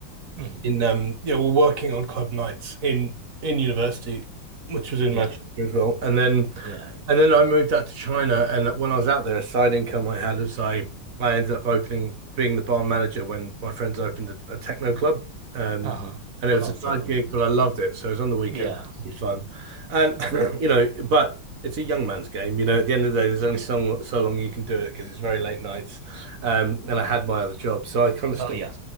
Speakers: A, on the right (about 60°); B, on the right (about 45°).
A: hmm
B: in um yeah, we we're working on club nights in in university, which was in
A: Yeah.
B: Manchester as well. And then
A: Yeah. Yeah.
B: and then I moved out to China and when I was out there, a side income I had was I I ended up opening being the bar manager when my friends opened a, a techno club. Um
A: Uh-huh.
B: and it
A: Cool.
B: was a
A: So
B: side
A: cool.
B: gig, but I loved it. So it was on the weekend,
A: Yeah.
B: it was fun. And
A: Mm.
B: <clears throat> you know, but it's a young man's game, you know, at the end of the day, there's only so, so long you can do it because it's very late nights. Um, and I had my other job, so I kind of stopped
A: Oh, yeah.